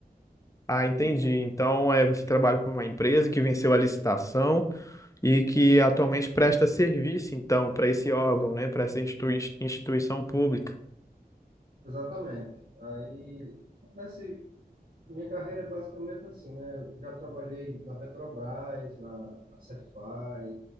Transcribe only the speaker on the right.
O-
exatamente. Aí, nesse, minha carreira é basicamente assim, né? Eu já trabalhei na Petrobras, na, na Cefaz,